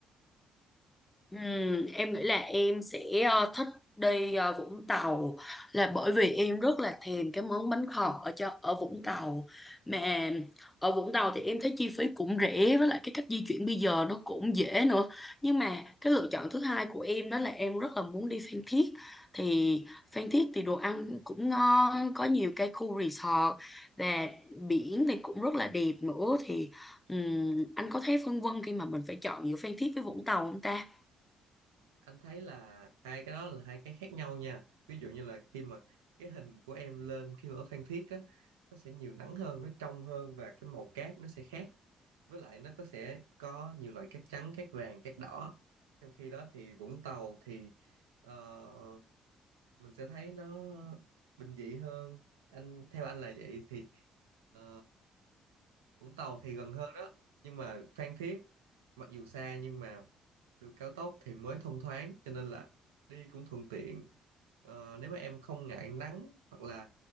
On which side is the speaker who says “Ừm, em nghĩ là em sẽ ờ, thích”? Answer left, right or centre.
Left